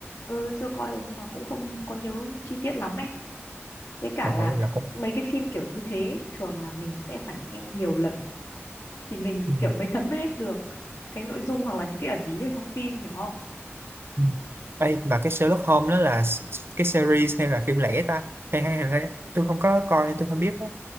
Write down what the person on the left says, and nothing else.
Ừ, ngày xưa coi rồi nhưng mà cũng không có nhớ chi tiết lắm ấy với cả
là
mấy cái phim kiểu như thế thường là mình sẽ phải xem nhiều lần thì mình
kiểu mới thấm hết được cái nội dung hoặc là những cái ẩn ý ở trong phim hiểu không